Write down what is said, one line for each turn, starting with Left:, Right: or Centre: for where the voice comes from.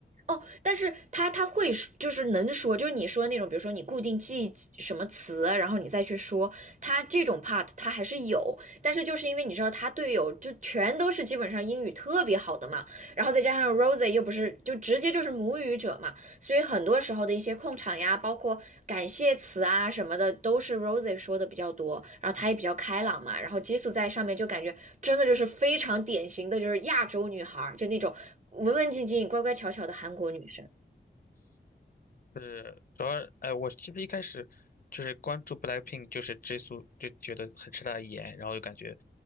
Right: 哦，但是他他会说就是能说，就是你说的那种，比如说你固定记什么词，然后你再去说，他这种 part 他还是有，但是就是因为你知道他队友就全都是基本上英语特别好的嘛，然后再加上 Rosie 又不是就直接就是母语者嘛，所以很多时候的一些控场呀，包括感谢词啊什么的，都是 Rosie 说的比较多，然后她也比较开朗嘛，然后激素在上面就感觉真的就是非常典型的就是亚洲女孩就那种文文静静、乖乖巧巧的韩国女生。
Left: 是，主要，哎，我其实一开始就是关注 BLACKPINK，就是 Jisoo，就觉得很吃他的颜，然后就感觉，